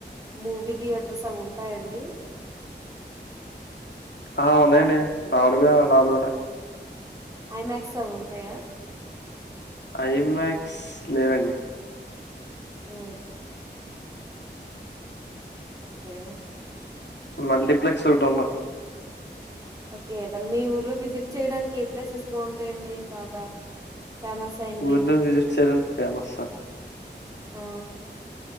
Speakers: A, on the right; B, on the left.
A: మూవీ థియేటర్స్ అవి ఉంటాయండి
B: ఆ ఉన్నాయండి మరావు తగ నాలుగు ఉన్నాయి
A: ఐమాక్స్ అవి ఉంటాయా
B: ఐమాక్స్ లేవండి
A: హు ఓకె
B: మల్టీప్లెక్స్ ఒకటఉన్న
A: ఓకె మల్లి మీ ఊర్లో విజిట్ చేయడానికి ఏ ప్లేసెస్ బాగుంటాయండి బాగా ఫేమస్ అయినవి
B: ఊర్లో విజిట్ చేయడానికి ఫేమస్సా
A: ఆ